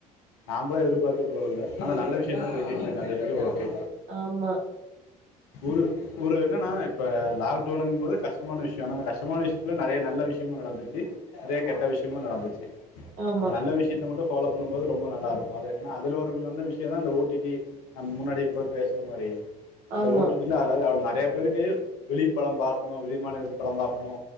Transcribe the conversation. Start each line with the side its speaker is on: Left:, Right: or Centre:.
Left: நாம் ப எதிர்பாத்து போறதுல்ல க ஆனா நல்ல விஷ்யோம் தா பேசிட்டு இருக்கா அது வரைக்கு ஓகே
Right: ஆமா
Left: ஒரு ஒரு என்னன்னா இப்ப லாக்டவுனுங் போது கஷ்ட்டமான விஷயோ அனா அந்த கஷ்டமான விஷயத்துல நறைய நல்ல விஷயமு நடந்துச்சி நறையா கெட்ட விஷயமு நடந்துச்சு
Right: ஆமா
Left: நம்ம நல்ல விஷயத்த மட்டு ஃபாலோ பண்ணும்போது ரொம்ப நல்லா இருக்கு அது ஏன்னா அதுல ஒரு வந்த விஷயோன்னா அந்த ஓ டி டி நம்ம முன்னாடி கூட பேசுன மாரி இந்த
Right: ஆமா
Left: ஓ டி டில அதாவது <unintelligible> நறையா பேருக்கு வெளிப்படோ பாக்கணு வெளி மாநிலப் படோ பாக்கணு